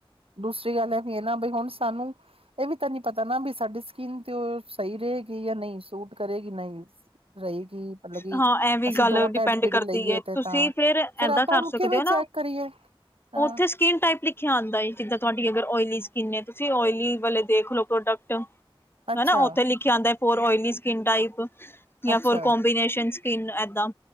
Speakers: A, on the right; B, on the left.
A: ਦੂਸਰੀ ਗੱਲ ੲੈ ਵੀ ਏ ਨਾ ਬਈ ਹੁਣ ਸਾਨੂੰ ਇਹ ਵੀ ਤਾਂ ਨਹੀਂ ਪਤਾ ਨਾ, ਵੀ ਸਾਡੀ ਸਕਿਨ ਤੇ ਸਹੀ ਰਹੇਗੀ ਯਾਂ ਨਈ, ਸੂਟ ਕਰੇਗੀ ਨਈ। ਰਹੇਗੀ। ਮਤਲਬ ਕਿ,
B: ਹਾਂ ਐ ਵੀ
A: ਅਸੀਂ
B: ਗੱਲ
A: ਡੋਟ
B: ਡਿਪੈਂਡ
A: ਏਂਡ ਕਿ ਦੀ
B: ਕਰਦੀ
A: ਲਈਏ
B: ਹੈ
A: ਤੇ
B: ਤੁਸੀਂ
A: ਤਾਂ, ਫੇਰ
B: ਏਦਾਂ
A: ਆਪਾਂ
B: ਕਰ
A: ਉਹਨੂੰ
B: ਸਕਦੇ
A: ਕਿਵੇਂ
B: ਹੋ ਨਾ
A: ਚੈੱਕ ਕਰੀਏ। ਹਾਂ
B: ਉੱਥੇ ਸਕੀਨ ਟਾਈਪ ਲਿ ਲਿਖਿਆ ਆਂਦਾ ਏ, ਜਿੱਦਾਂ ਤੁਹਾਡੀ ਅਗਰ ਓਈਲੀ ਸਕਿੰਨ ਏ, ਤੁਸੀਂ ਓਇਲੀ ਵਾਲੇ ਦੇਖ ਲੋ ਪ੍ਰੋਡਕਟ।
A: ਅੱਛਾ
B: ਹਨਾ। ਉੱਥੇ ਲਿਖਿਆ ਆਂਦਾ ਏ, ਫੋਰ ਓਇਲੀ ਸਕਿਨ ਟਾਈਪ, ਯਾਂ
A: ਅੱਛਾ।
B: ਫੋਰ ਕੋਬੀਨੇਸ਼ਨਸ ਸਕੀਨ ਏਦਾਂ।